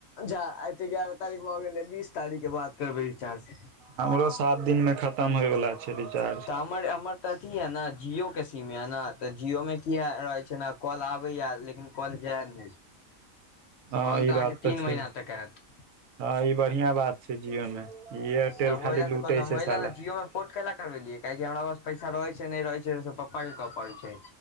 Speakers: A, on the left; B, on the right.
A: जा आय त ग्यारह तारीख भ गेलै बीस तारीख के बाद करबै रिचार्ज
B: हमरो सात दिन मे खत्म होयवला छै छै रिचार्ज
A: तऽ हमर हमर तऽ अथी यऽ न जिओके सीम यऽ न तऽ जिओमे की आ रहै छै ने कॉल आबैया लेकिन कॉल जायत नहि
B: हँ
A: कॉल
B: ई
A: तऽ अहाँके
B: बात
A: तीन
B: छै
A: महिना तक आयत
B: हँ ई बढ़िआँ बात छै जिओमे ई एयरटेल
A: तब ओहि
B: खाली
A: लए तऽ
B: लूटै
A: कहल हम
B: छै
A: ओहि लए
B: साला
A: ने जियो मे पोर्ट कैला करवेलियै काहेकि हमरा पास पैसा रहै छै नहि रहै छै से पप्पा कहऽ पड़ै छै